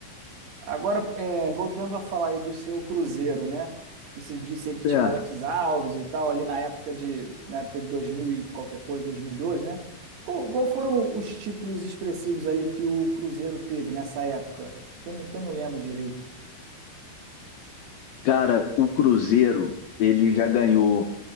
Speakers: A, on the right; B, on the left.
A: agora, é, voltando a falar aí do seu Cruzeiro, né? Você disse aí que tinha
B: É.
A: o Alex Alves e tal, ali na época de, na época de 2000 e qualquer coisa, 2002, né? Qual, qual foram os títulos expressivos ali que o Cruzeiro teve nessa época? Que eu, não- que eu não lembro direito.
B: Cara, o Cruzeiro, ele já ganhou